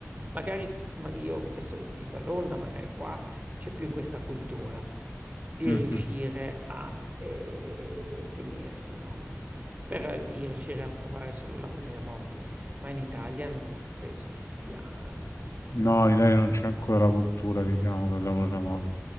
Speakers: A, on the right; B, on the left.
A: magari magari io adesso vivo a Londra, magari qua c'è più questa cultura di
B: Mhm.
A: riuscire a, ehm, tenersi, no, per eh, di riuscire a trovare solo lavori remoti, ma in Italia non non penso ci sia non
B: No, in Italia non c'è ancora la cultura, diciamo, del lavoro remoto.